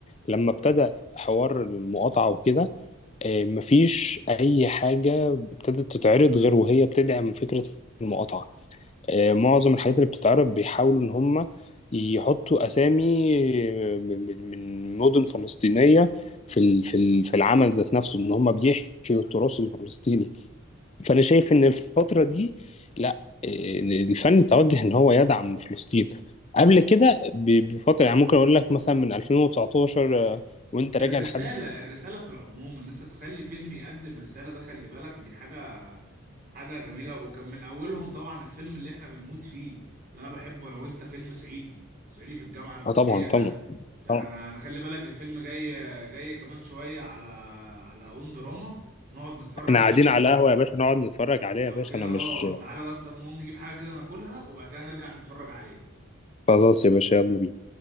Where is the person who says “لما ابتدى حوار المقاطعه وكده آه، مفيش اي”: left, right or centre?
Left